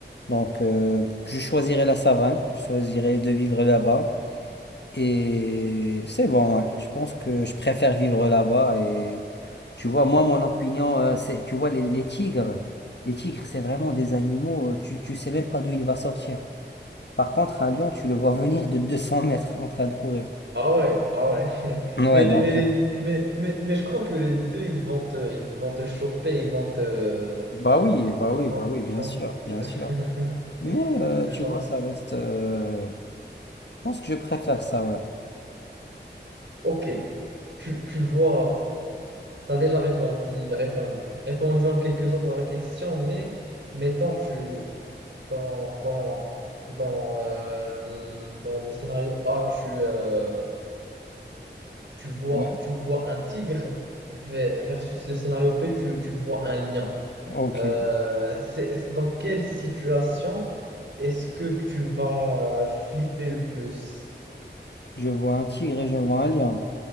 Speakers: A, on the left (about 70°); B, on the right (about 80°).
A: Donc, euh, je choisirais la savane, je choisirais de vivre là-bas. Et c'est bon, ouais. Je pense que je préfère vivre là-bas. Et tu vois, moi, mon opinion, euh, c'est, tu vois, les, les tigres, les tigres, c'est vraiment des animaux, euh, tu, tu sais même pas d'où il va sortir. Par contre, à Lyon, tu le vois venir de 200 mètres en train de courir.
B: Ah ouais, ah ouais. <laughs>
A: Ouais,
B: Mais, les-
A: donc.
B: mais, les-
A: euh,
B: mais, mais, mais je crois que les deux, ils vont te, ils vont te choper, ils vont te...
A: Bah oui, bah
B: Ils
A: oui,
B: vont,
A: bah oui,
B: ils
A: bien
B: vont
A: sûr, bien
B: te...
A: sûr.
B: <laughs>
A: Mais euh,
B: Genre...
A: tu vois, ça reste. euh, Je pense que je préfère ça, ouais.
B: Ok, tu, tu vois... t'as déjà répondu, répondu, répondu en quelque sorte à la question, mais mettons tu dans, dans, dans, euh, le, dans le scénario A, tu, euh, tu vois,
A: Ouais.
B: tu vois un tigre ve- versus le scénario B, tu, tu vois un lion.
A: Ok.
B: Euh, c'est, c'est- dans quelle situation est-ce que tu vas flipper le plus?
A: Je vois un tigre et je vois un lion.